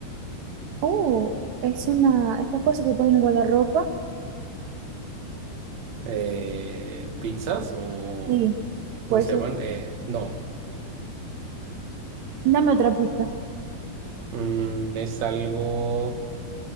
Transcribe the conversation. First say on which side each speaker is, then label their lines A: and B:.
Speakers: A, on the right; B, on the right.
A: Oh, es una, estas cosas que ponen en guardarropa.
B: Eh, ¿pinzas o
A: Sí,
B: cómo
A: puede
B: se
A: ser.
B: llaman? Eh, no,
A: Dame otra pista.
B: Mm, es algo